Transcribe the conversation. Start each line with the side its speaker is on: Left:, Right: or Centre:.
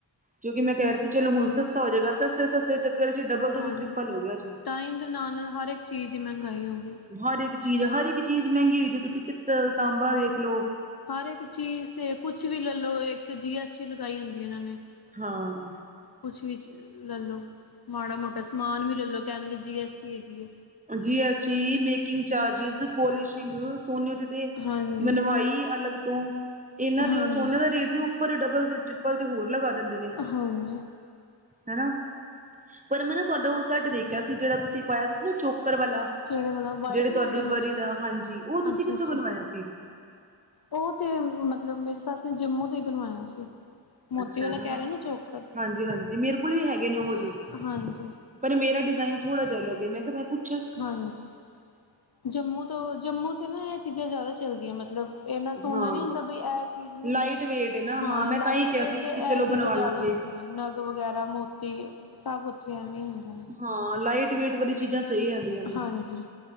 Right: ਕਿਉਂਕਿ ਮੈਂ ਕਹਿ ਰਿਹਾ ਸੀ ਚਲੋ ਹੁਣ ਸਸਤਾ ਹੋ ਜਾਏਗਾ। ਸਸਤੇ ਸਸਤੇ ਚੱਕਰ ਚ ਡਬਲ ਤੋਂ
Left: ਹਾਂਜੀ।
Right: ਵੀ ਟ੍ਰਿਪਲ ਹੋ ਗਿਆ। ਜੀ
Left: ਟਾਈਮ ਦੇ ਨਾਲ-ਨਾਲ ਹਰ ਇੱਕ ਚੀਜ਼ ਦੀ ਮਹਿੰਗਾਈ ਹੋ ਗਈ।
Right: ਹਰ ਇੱਕ ਚੀਜ਼, ਹਰ ਇੱਕ ਚੀਜ਼ ਮਹਿੰਗੀ ਹੋਈ ਦੀ। ਤੁਸੀਂ ਪਿੱਤਲ, ਤਾਂਬਾ ਦੇਖ ਲੋ।
Left: ਹਰ ਇੱਕ ਚੀਜ਼ ਤੇ ਕੁਛ ਵੀ ਲੈਲੋ। ਇੱਕ ਤੇ ਜੀ ਐਸ ਟੀ ਲਗਾਈ ਹੁੰਦੀ ਇਹਨਾਂ ਨੇ।
Right: ਹਾਂ।
Left: ਕੁਛ ਵੀ ਲੈ ਲਉ। ਮਾੜਾ- ਮੋਟਾ ਸਮਾਨ ਵੀ ਲੈ ਲਓ। ਕਹਿਣਗੇ ਜੀ ਐੱਸ ਟੀ ਹੈਗੀ ਹੈ।
Right: ਜੀ ਐਸ ਜੀ, ਮੇਕਿੰਗ ਚਾਰਜਿਸ, ਪੋਲਿਸ਼ਿੰਗ ਸੋਨਓ ਤੇ ਤੇ
Left: ਹਾਂਜੀ,
Right: ਮਨਵਾਈ ਅਲੱਗ ਤੋਂ, ਇਹਨਾਂ ਦੇ
Left: ਹਾਂਜੀ,
Right: ਉਹ ਸੋਨੇ ਦਾ ਰੇਟ ਨੀ। ਉੱਪਰ ਡਬਲ ਤੇ ਟ੍ਰਿਪਲ ਤੇ ਹੋਰ ਲਗਾ ਦਿੰਦੇ ਨੇ ਹਨ।
Left: ਹਾਂਜੀ
Right: ਹਨਾ, ਪਰ ਮੈਂ ਨਾ ਤੁਹਾਡਾ ਉਹ ਸੈੱਟ ਦੇਖਿਆ ਸੀ ਜਿਹੜਾ ਤੁਸੀਂ ਪਾਇਆ ਸੀ ਨਾ ਚੌਂਕ ਕਿਹੜੇ ਵਾਲਾ
Left: ਕਿਹੜੇ ਵਾਲਾ ਵਾਈਟ
Right: ਜਿਹੜੇ ਤੁਹਾਡੇ
Left: ਮੋਤੀਆਂ ਵਾਲਾ
Right: ਵਰੀ ਦਾ, ਹਾਂਜੀ। ਉਹ ਤੁਸੀਂ
Left: ਅੱਛਾ,
Right: ਕਿੱਥੋਂ
Left: ਅੱਛਾ
Right: ਬਣਵਾਇਆ ਸੀ।
Left: ਉਹ ਤੇ ਮਤਲਬ ਮੇਰੀ ਸੱਸ ਨੇ ਜੰਮੂ ਤੋਂ ਹੀ ਬਣਵਾਇਆ ਸੀ। ਮੋਤੀ
Right: ਅੱਛਾ।
Left: ਵਾਲਾ
Right: ਹਾਂ,
Left: ਕਹਿ ਰਹੇ ਨਾ ਚੋਕਰ
Right: ਹਾਂਜੀ ਹਾਂਜੀ ਮੇਰੇ ਕੋਲ ਵੀ ਹੈਗੇ ਨੇ ਉਹੋ ਜਿਹੇ
Left: ਹਾਂਜੀ,
Right: ਪਰ ਮੇਰਾ ਡਿਜ਼ਾਇਨ ਥੋੜਾ ਜਿਹੜੇ ਅੱਲਗ ਐ ਮੈ ਕਿਹਾ ਮੈ ਪੁਛ
Left: ਹਾਂਜੀ। ਜੰਮੂ ਤੋਂ, ਜੰਮੂ ਤੇ ਨਾ ਇਹ ਚੀਜ਼ਾਂ ਜ਼ਿਆਦਾ ਚੱਲਦੀਆਂ। ਮਤਲਬ ਇੰਨਾ ਸੋਹਨਾ
Right: ਹਾਂ
Left: ਨੀ ਹੁੰਦਾ ਬਈ ਇਹ ਚੀਜ਼,
Right: ਲਾਈਟ ਵੇਟ ਏ ਨਾ
Left: ਹਾਂ
Right: ਮੈਂ
Left: ਲਾਈਟ
Right: ਤਾਂ ਹੀ ਕਿਹਾ
Left: ਵੇਟ
Right: ਸੀ
Left: ਤੇ ਇਹ
Right: ਕਿ ਚਲੋ ਬਣਵਾ
Left: ਚੀਜ਼ਾਂ ਜ਼ਿਆਦਾ
Right: ਲਾਂਗੇ
Left: ਹੁੰਦੀਆਂ। ਨਗ ਵਗੈਰਾ ਮੋਤੀ ਸਭ ਉੱਥੇ ਐਵੇਂ ਹੁੰਦੇ ਨੇ।
Right: ਹਾਂ, ਲਾਈਟ ਵੇਟ ਵਾਲੀ ਚੀਜ਼ਾਂ ਸਹੀ ਰਹਿੰਦੀਆਂ ਨੇ।
Left: ਹਾਂਜੀ,